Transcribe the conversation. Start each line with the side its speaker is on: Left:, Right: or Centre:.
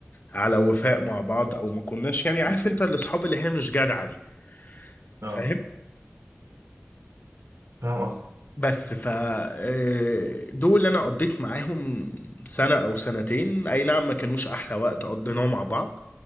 Left: على وفاء مع بعض او ما كناش يعني عارف
Right: مم.
Left: انت الاصحاب اللي هي مش جدعة دي
Right: اه
Left: فاهم
Right: فاهم قصدي
Left: بس ف آه، دول انا قضيت معاهم سنة او سنتين اي نعم ما كانوش احلى وقت قضيناه مع بعض